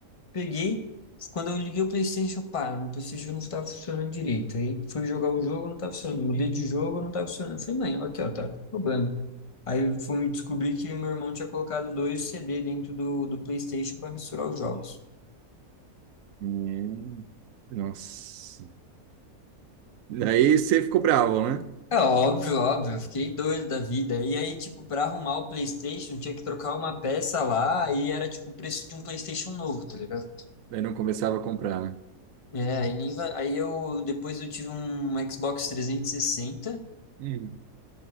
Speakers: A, on the left (about 30°); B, on the right (about 70°).
A: Peguei. Quando eu liguei o PlayStation, pá, no PlayStation não estava funcionando direito. Aí fui jogar um jogo, não estava funcionando. Mudei de jogo, não estava funcionando. Eu falei, mãe, aqui, ó, tá problema. Aí fui descobrir que meu irmão tinha colocado dois CD dentro do, do PlayStation para misturar os jogos.
B: Hum, Nossa. Daí você ficou bravo, né?
A: É óbvio, óbvio, eu fiquei doido da vida. E aí, tipo, pra arrumar o PlayStation, tinha que trocar uma peça lá e era, tipo, o preço de um PlayStation novo, tá ligado?
B: Daí não começava a comprar, né?
A: É, aí, nem va- aí eu depois eu tive um Xbox 360 e sessenta
B: Hum.